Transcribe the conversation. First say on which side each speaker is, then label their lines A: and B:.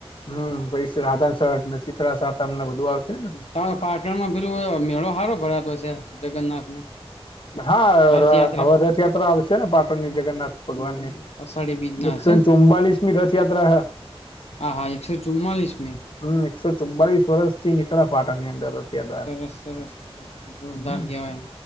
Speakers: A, on the left (about 55°); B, on the left (about 80°).
A: હમ્મ પૈ રાધન છટ, શીતળા સાતમ ને બધું. આવશે ને
B: તમાર પાટણમાં પેલું મેળો સારો ભરાતો હશે, જગન્નાથ નો.
A: હા,
B: રથયાત્રા
A: હવે રથયાત્રા આવશે ને પાટણની જગન્નાથ ભગવાનની
B: હમ અષાઢી બીજ ના
A: એકસો
B: હશે
A: ને ચુમ્બલીસ મી રથયાત્રા હે.
B: હા, હા એકસો ચુમ્માલીસ મી.
A: હમ્મ. એકસો ચુમ્બાળીસ વર્ષ થી નીકળા પાટણની અંદર. રથયાત્રા
B: સરસ-સરસ-સરસ જોરદાર
A: હમ
B: કેવાય એમ.